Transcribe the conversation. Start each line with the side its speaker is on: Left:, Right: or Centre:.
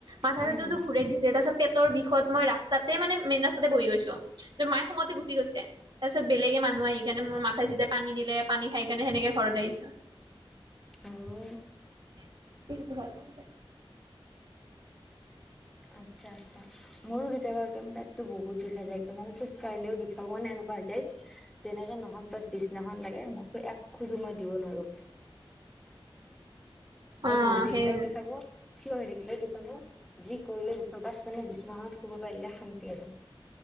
Right: মাথাটোতো
Centre: উম
Right: ঘূৰাই দিছে তাৰ পিছত পেটৰ বিষত মই ৰাস্তাতে মানে মেইন ৰাস্তাতে বহি গৈছো। তাৰপাছত মায়ে খঙতে গুচি গৈছে। তাৰ পিছত বেলেগে মানুহ আহি কাৰণে মোৰ মাথাই চাথাই পানী দিলে পানী খাই কেনে সেনেকে ঘৰত আহিছো।
Centre: অহ'।
Right: <unintelligible>
Centre: আচ্ছা আচ্ছা, মোৰো কেতিয়াবা একদম পেটতো বহুত বিষাই যায়, একদম মানে খোজ কাঢ়িলেও বিষাই মানে এনেকুৱা হৈ যায়। যেনেকে নহওক বাচ বিচনাখন লাগে, মই এক খোজো মই দিব নোৱাৰো। মই
Right: অ
Centre: বহি থাকিলেও
Right: সেই
Centre: বিষাব, থিয় হৈ থাকিলেও বিষাব, যি কৰিলেও বিষাব, বাচ মানে বিচনাখনত শুব পাৰিলে শান্তি আৰু।